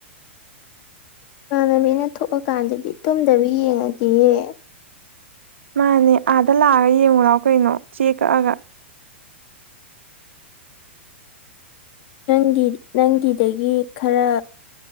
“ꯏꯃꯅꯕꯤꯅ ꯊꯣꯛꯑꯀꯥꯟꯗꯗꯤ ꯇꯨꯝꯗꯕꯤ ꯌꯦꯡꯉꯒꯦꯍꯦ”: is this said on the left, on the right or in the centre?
Left